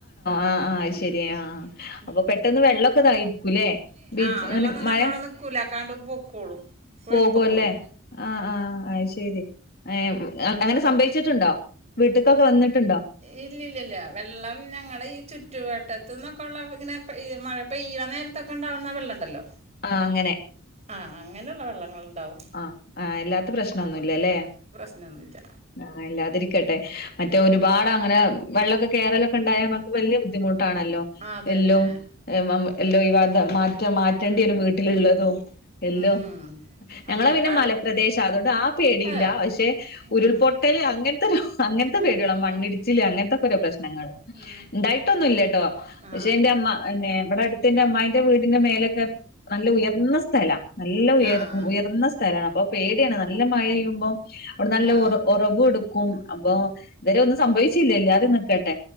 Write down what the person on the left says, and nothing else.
ആഹ്
ആഹ്
ആഹ് അപ്പൊ
വെള്ളൊക്കെ
ഇതായിരിക്കൂല്ലേ
ബീച്ച്
അങ്ങനെ
മഴ
പോകുവല്ലേ ആഹ് ആഹ് അത് ശരി ഏഹ് അങ്ങനെ സംഭവച്ചിട്ടുണ്ടോ വീട്ട്ക്കൊക്കെ വന്നിട്ടുണ്ടോ
ആഹ് അങ്ങനെ
ആഹ് അല്ലാത്ത പ്രശ്നൊന്നു ഇല്ലല്ലേ
ആഹ് ഇല്ലാതിരിക്കട്ടെ മറ്റേ ഒരുപാട് അങ്ങനെ വെള്ളക്കെ കേറെലക്കെ ഉണ്ടായാൽ നമക്ക് വലിയ ബുദ്ധിമു ട്ടാണല്ലോ
എല്ലും എമമ് എല്ലു ഒഴിവാത മാറ്റ മാറ്റേണ്ടിവരു വീട്ടിലുള്ളതും എല്ലും
ഞങ്ങളെ
പിന്നെ മലപ്രദേശ അതോണ്ട് ആ പേടിയില്ല
പക്ഷെ ഉരുൾപൊട്ടല്
അങ്ങൻത്തൊരു അങ്ങൻത്തെ
പേടി ഒള്ളു മണ്ണിടിച്ചില് അങ്ങൻത്തെക്കെരോ പ്രശ്നങ്ങങ്ങള്
ഇണ്ടായിട്ടൊന്നുല്ലട്ടോ
പക്ഷെ എന്റെ അമ്മന്നെ ഇവടെ അടുത്ത് എന്റെ അമ്മായി എന്റെ വീടിന്റെ മേലൊക്കെ നല്ല ഉയർന്ന സ്ഥലാ നല്ല ഉയർ
ഉയർന്ന സ്ഥലാണ് അപ്പൊ പേടിയാണ് നല്ല മഴെയ്യുമ്പോ അവിടെ നല്ല
ഉറവ് എടുക്കും അപ്പൊ ഇത്‌വരെ ഒന്നും സംഭവിച്ചില്ല ഇല്ലാത നിക്കട്ടെ